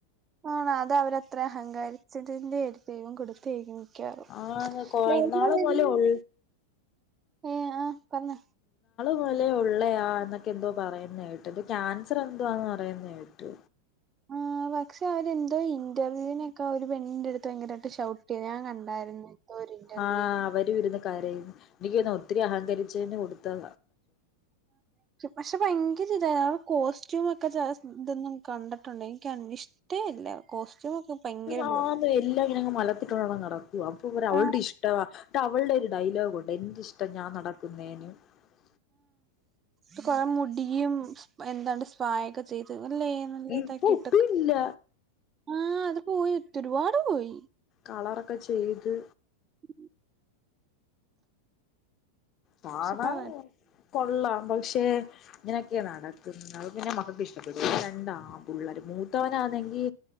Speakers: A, on the right; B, on the left.
A: ആണ അത് അവരത്ര അഹങ്കാരിച്ചതിന്റെ ദൈവം കൊടുത്തേക്കും മിക്കവാറും
B: ആന്ന് കൊ
A: <unintelligible>
B: ഇന്നാള് മുതലേ ഉൾ
A: ഏ ആ പറഞ്ഞോ
B: പോലെ ഉള്ളയാാ എന്നൊക്കെ എന്തോ പറയുന്നതായിട്ട് ഇത് ക്യാൻസർ എന്തോവാന്ന് പറയുന്നതായിട്ട്
A: ആഹ പക്ഷെ അവരെന്തോ ഇന്റർവ്യൂവിനൊക്കെ അവര് പെണ്ടിന്റെ അടുത്ത് ഭയങ്കരമായിട്ട് ഷൗട്ട് ചെയ് ഞാ കണ്ടായിരുന്നു ഒരു ഇന്റർവ്യൂവിന്
B: ആഹ അവര ഇരുന്നു കരയുന്നു എനിക്ക് തോന്നുന്നു ഒത്തിരി അഹങ്കരിച്ചന്ന് കൊടുത്ത
A: പക്ഷെ ഭയങ്കര ഇതായ കോസ്റ്റ്യൂമ ഒക്കെ ഇതൊന്നും കണ്ടിട്ടുണ്ട് എനിക്ക് ഇഷ്ടേ ഇല്ല കോസ്റ്റ്യൂം ഒക്കെ ഭയങ്കര
B: ആ
A: ബോ
B: ന്ന് എല്ലാം ഇങ്ങനങ്ങ മല ർത്തിട്ടോണ്ട് നടക്കുവാ. അപ്പൊ അവ അവളുടെ
A: ആ
B: ഇഷ്ടവാ അവളുടെ ഒരു ഡയലോഗ ഉണ്ട് എന്റെ ഇഷ്ടവാ ഞാൻ നടക്കുന്ന പി <unintelligible>
A: ഉ കൊറെ മുടിയും എന്താണ്ട് സ്പായൊക്കെ ചെയ്ത് അല്ലേ നല്ല
B: ഇപ്പൊ
A: ഇതാക്കിട്ടക്ക
B: ഒട്ടും ഇല്ല
A: ആഹ അത് പോയി ഒറ്റരുപാട് പോയി
B: കളറൊക്കെ ചെയ്ത്
A: ഉം
B: കാണാം
A: പക്ഷെ ആ
B: കൊള്ളാം പക്ഷെ ഇങ്ങനെയൊക്കെയ നടക്കുന്നത് പിന്നെ ക്കക്ക് ഇഷ്ടപെടോ രണ്ടാംപിള്ളാരും മൂത്തവനാെങ്കി